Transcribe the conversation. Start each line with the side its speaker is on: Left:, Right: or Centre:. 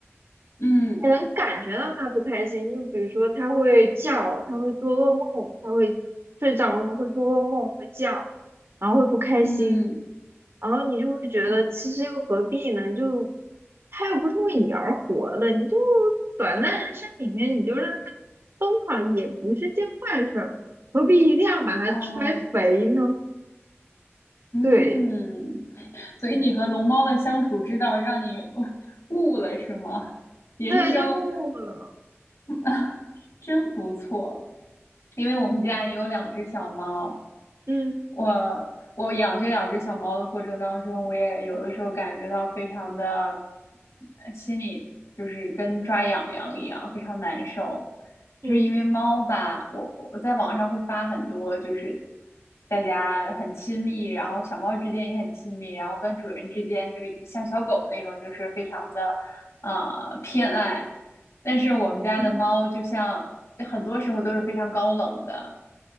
Left: 嗯
Right: 你能感觉到它不开心。就比如说它会叫，它会做噩梦，它会睡着了会做噩梦，会叫，然后会不开心。
Left: 嗯，
Right: 然后你就会觉得其实又何必呢？
Left: 哦
Right: 就他又不是为你而活的，你就短暂人生里面你就让他疯狂也不是件坏事儿，何必一定要把它摔肥呢？
Left: 啊嗯，
Right: 对
Left: 所以你和龙猫的相处之道让你悟了是吗？人生
Right: 对，就悟了，
Left: <laughs> 真不错，因为我们家也有两只小猫，
Right: 嗯
Left: 我我养这两只小猫的过程当中，我也有的时候感觉到非常的心里就是跟抓痒痒一样，非常难受。
Right: 嗯
Left: 就是因为猫吧，我我在网上会发很多，就是大家很亲密，然后小猫之间也很亲密，然后跟主人之间就像小狗那种，就是非常的呃偏爱。但是我们家的猫就像很多时候都是非常高冷的。
Right: 嗯